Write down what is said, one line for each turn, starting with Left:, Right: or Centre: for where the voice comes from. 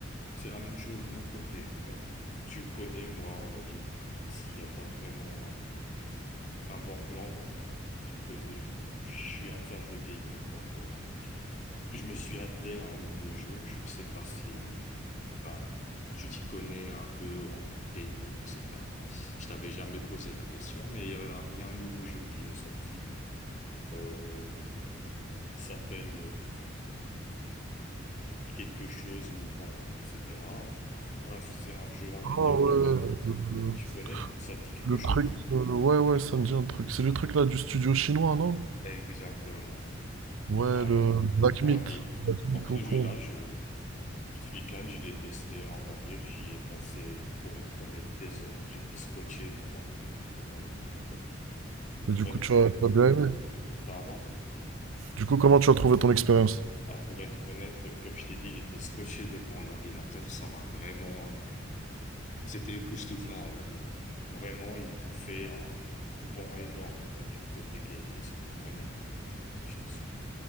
Left: C'est la même chose de mon côté. Bah, tu connais, moi, on va dire, s'il n'y a pas vraiment un, un bon plan, bah, tu connais, je, je suis un fan de gaming, donc euh, je me suis attelé à un nouveau jeu. Je ne sais pas si bah, tu t'y connais un peu en gaming, etc. Je t'avais jamais posé la question, mais il y a, il y a un nouveau jeu qui est sorti, euh, qui s'appelle euh, quelque chose ou Kong, etc. Bref, c'est un jeu, on
Right: Ah
Left: va dire,
Right: ouais,
Left: open
Right: le, le-
Left: Tu connais? Ça te dit quelque
Right: le truc,
Left: chose?
Right: euh, ouais, ouais, ça me dit un truc. C'est le truc là du studio chinois, non?
Left: Exactement.
Right: Ouais,
Left: Voilà,
Right: le
Left: bah,
Right: Black
Left: dans
Right: Myth.
Left: le mille.
Right: Black Myth
Left: Alors, ce
Right: Hong
Left: jeu-là,
Right: Kong.
Left: je, ce week-end, je l'ai testé, on va dire, j'y ai passé, pour être honnête, des heures. J'étais scotché devant, devant l'ordinateur.
Right: Et
Left: Pour
Right: du coup,
Left: être,
Right: tu as,
Left: euh,
Right: tu as bien aimé.
Left: pardon?
Right: Du coup, comment tu as trouvé ton expérience?
Left: Ah, pour être honnête, euh, comme je t'ai dit, j'étais scotché devant l'ordinateur. Ça m'a vraiment, euh, c'était époustouflant, on va dire. Vraiment, ils ont fait un bond énorme, on va dire, côté gaming. Ça m'a vraiment plu. Ouais, je t'assure.